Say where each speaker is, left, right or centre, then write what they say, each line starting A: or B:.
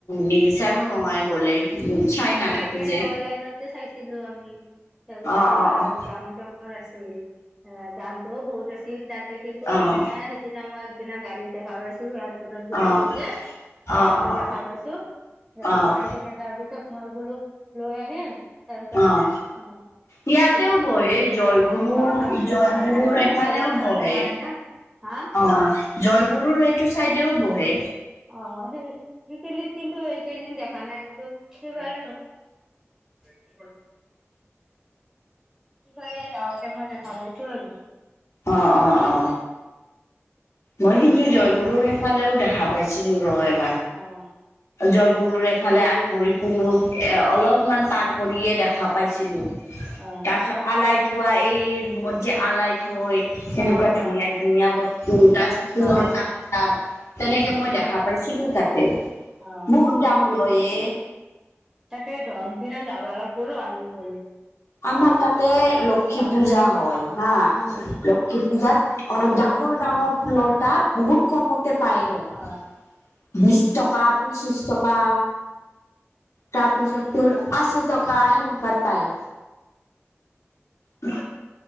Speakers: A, on the left; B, in the centre.
A: নিবিচাৰো নহয় গলে চাই নাথাকো
B: নাই এনেই
A: যে।
B: অনলাইনত যে চাইছিলো আমি তাৰিছ
A: অ',
B: যে
A: অ', অ',
B: ডাঙৰ ডাঙৰ আছিল অ দামটোও বহুত আছিল তাতে কিন্তু
A: অ',
B: ধুনীয়া সেইদিনা মই একদিনা গাড়ীত দেখা পাইছো আৰু ফটত গৈছিলো
A: অ',
B: যে
A: অ',
B: আহোঁতে
A: অ',
B: দেখা পাইছো দেখা
A: অ',
B: পাই কিনে তাৰ পিছত মই গলো লৈ আহিম তাৰপিছত
A: অ'।
B: অ
A: ইয়াতেও
B: হেৰি হয়
A: বহে জয়গুৰু
B: অ আনিব তাৰমানে
A: জয়গুৰুৰ
B: প়াৰা নাই
A: এফালেও
B: গাড়ী পৰা
A: বহে
B: নামা নাই‌ ন
A: অ জয়গুৰুৰ এইটো চাইডেও বহে
B: অ সেই সেইখিনিত কিন্তু এই কেইদিন দেখা নাই কিন্তু সেইফাল সেই ফালে জাউতে‌ মই দেখা পাইছোঁ আৰু
A: অ অ অ মই কিন্তু জয় গৰু সেইফালেও দেখা পাইছিলো ৰয়
B: অ',
A: জয়গুৰুৰ এফালে আৰু গুৰুৰ ফুৰু এ অলপমান পাৰ কৰিয়ে দেখা পাইছিলোঁ।
B: অ
A: তাৰ পিছত আলাই থোৱা, এই ৰুমত যে আলাই থৈ তেনেকুৱা
B: অ
A: ধুনীয়া।
B: অ
A: ধুনীয়া বস্তু তাৰ পিছত ফুলৰ
B: অ
A: তাপ চাপ, তেনেকে
B: উম
A: মই
B: উম
A: দেখা পাইছিলোঁ, তাতেও-
B: অ',
A: বহুত দাম লয়ে
B: তাকেটো আগদিনা যাব লাগিবো আমি ব
A: আমাৰ তাতে লক্ষী পূজা হয় হা,
B: উম
A: লক্ষী পূজাত অ', ডাঙৰ ডাঙৰ
B: অ
A: ফুলৰ তাব বহুত কমতে পায় ৰ
B: অ
A: বিশ টকা, পচিছ টকা। তাৰপিছত ফুল আশি তকা, হেনেকোৱাত পাই। উম।